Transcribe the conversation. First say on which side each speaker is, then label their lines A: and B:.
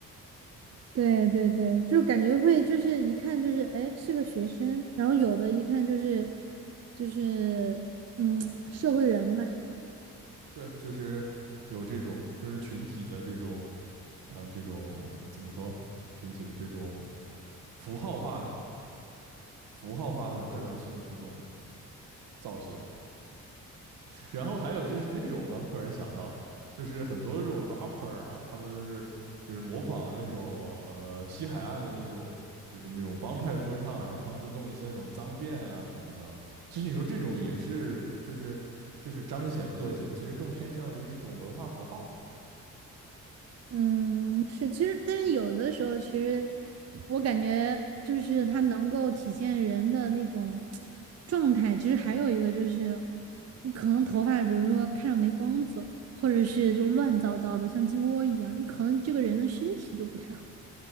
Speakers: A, on the right; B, on the right.
A: 对对对，就感觉会就是一看就是哎是个学生，然后有的一看就是就是嗯社会人吧。
B: 对，就是有这种就是群体的这种，嗯、这种怎么说群体的这种符号化的符号化的有代表性的这种造型。然后还有就是那种，我刚突然想到，就是很多这种 rapper 啊，他们就是就是模仿那种呃西海岸的那种，就是那种帮派说唱，然后他们就弄一些那种脏辫啊什么的。其实你说这种也是，就是就是彰显个性，其实更偏向于一种文化符号。
A: 嗯，是，其实，但是有的时候，其实我感觉就是它能够体现人的那种状态。其实还有一个就是，你可能头发，比如说看着没光泽，或者是就乱糟糟的，像鸡窝一样，你可能这个人的身体就不太好。